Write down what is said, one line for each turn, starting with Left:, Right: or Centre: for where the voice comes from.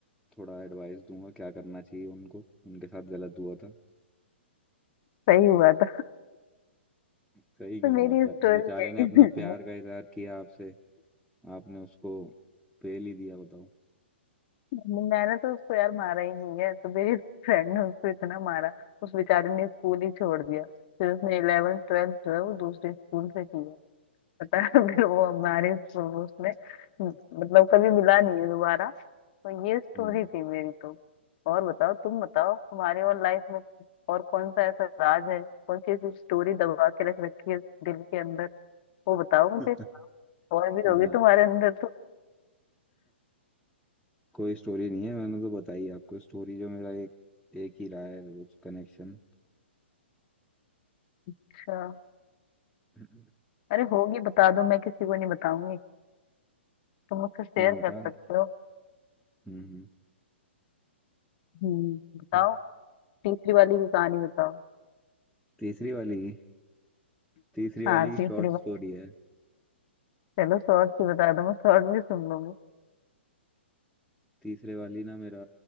Centre: थोड़ा एडवाइस दूंगा क्या करना चाहिए उनको उनके साथ गलत हुआ था
Left: सही हुआ था
Centre: सही क्यों
Left: तो मेरी
Centre: हुआ था
Left: स्टोरी
Centre: और बेचारे
Left: है
Centre: ने अपना प्यार का
Left: <laughs>
Centre: इजहार किया आपसे आपने उसको पेल ही दिया बताओ
Left: मैंने तो उसको यार मारा ही नहीं है तो मेरी फ्रेंड ने उसको इतना मारा उस बेचारे ने स्कूल ही छोड़ दिया फिर उसने इलेवेंथ ट्वेल्थ जो है वो दूसरे स्कूल से किया पता है <laughs> फिर वो हमारे स्कूल में उसने मतलब कभी मिला नहीं है दोबारा तो ये स्टोरी
Centre: हम्म
Left: थी मेरी तो और बताओ तुम बताओ तुम्हारे और लाइफ में और कौन सा ऐसा राज है कौन सी ऐसी स्टोरी दबा के रख रखी है दिल के अंदर वो बताओ मुझे
Centre: <laughs>
Left: और भी
Centre: ना
Left: होगी तुम्हारे अंदर तो
Centre: कोई स्टोरी नहीं है मैंने तो बताई आपको स्टोरी जो मेरा एक एक ही रहा है उस कनेक्शन
Left: अच्छा
Centre: <clears throat>
Left: अरे होगी बता दो मैं किसी को नहीं बताऊंगी तुम मुझसे शेयर
Centre: मैं बता
Left: कर सकते
Centre: हम्म
Left: हो
Centre: हम्म।
Left: हम्म बताओ
Centre: हम्म।
Left: तीसरी वाली की कहानी बताओ
Centre: तीसरी वाली की तीसरी वाली
Left: हाँ
Centre: की
Left: तीसरी
Centre: शॉर्ट
Left: वाली
Centre: स्टोरी है
Left: चलो शॉर्ट भी बता दो मैं शॉर्ट भी सुन लूंगी
Centre: तीसरे वाली ना मेरा